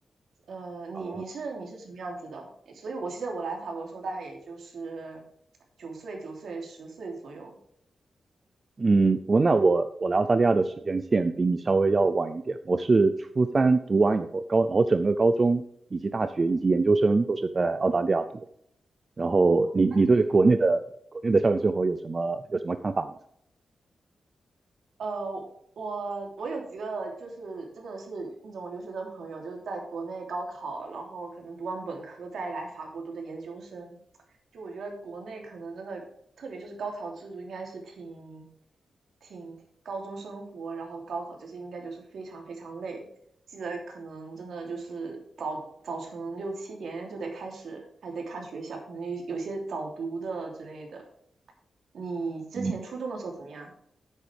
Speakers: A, on the right; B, on the right.
A: 呃，你你是你是什么样子的？
B: 啊，
A: 所以我其实我来法国的时候，大概也就是九岁、九岁、十岁左右。
B: 嗯，我那我我来澳大利亚的时间线比你稍微要晚一点，我是初三读完以后，高，然后整个高中以及大学以及研究生都是在澳大利亚读的。然后你你对国内的国内的校园生活有什么有什么看法吗？
A: 那你，嗯呃，我我有几个就是真的是那种留学生朋友，就是在国内高考，然后可能读完本科再来法国读的研究生。就我觉得国内可能真的，特别就是高考制度应该是挺挺高中生活，然后高考这些应该就是非常非常累。记得可能真的就是早早晨六七点就得开始，还得看学校，可能有有些早读的之类的。你之前初中的时候怎么样？
B: 嗯。